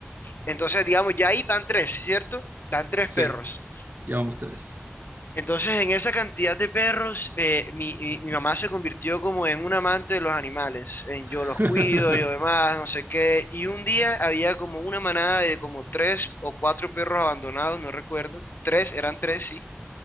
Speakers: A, on the left (about 50°); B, on the right (about 45°).
A: Entonces, digamos, ya ahí van tres, ¿cierto? Van tres
B: Sí.
A: perros.
B: Ya vamos tres.
A: Entonces, en esa cantidad de perros, eh, mi, mi- mi mamá se convirtió como en un amante de los animales. En
B: <laughs>
A: yo los cuido, yo demás, no sé qué. Y un día había como una manada de como tres o cuatro perros abandonados, no recuerdo. Tres, eran tres, sí,